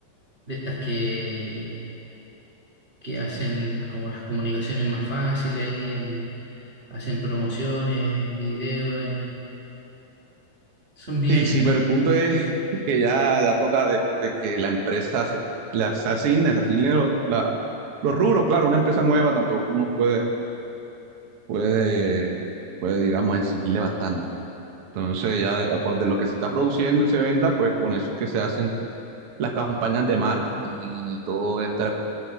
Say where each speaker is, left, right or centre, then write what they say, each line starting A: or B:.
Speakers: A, on the right (about 45°); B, on the right (about 75°).
A: de estas que, que hacen como las comunicaciones más fáciles ahí en, hacen promociones, videos, en, son bien.
B: Sí, sí, pero el punto es <laughs> que ya, ya toca de, de que la empresa se, las asigne, se asigne lo- la- los rubros, claro, una empresa nueva tampoco uno puede, puede, puede, digamos, exigirle bastante. Entonces, ya de acorde a lo que se está produciendo y se venda, pues con eso es que se hacen las campañas de marketing y todo esta